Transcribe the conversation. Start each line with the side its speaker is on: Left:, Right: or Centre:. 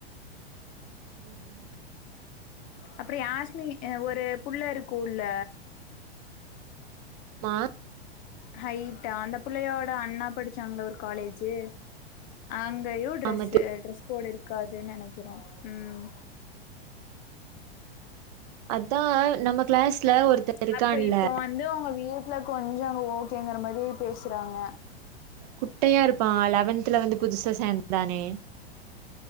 Right: ம்
Left: அப்புற யாஸ்மி அ ஒரு புள்ளி இருக்குல
Right: மா
Left: ஹைட்டா அந்த புள்ளையோட அண்ணா படிச்சாங்கள ஒரு காலேஜு அங்கயு ட்ரெஸு
Right: ஆமா
Left: அ ட்ரெ கோட் இருக்காது நெனைக்கிறே ம்
Right: அதா நம்ம கிளாஸ்ல ஒருத்த இருக்கான்ல
Left: அப்ப இப்ப வந்து எங்க வீட்ல கொஞ்சோ ஓகேங்கற மாரி பேசுறாங்க
Right: குட்டையா இருப்பா லெவன்துல வந்து புதுசா சேந்தானே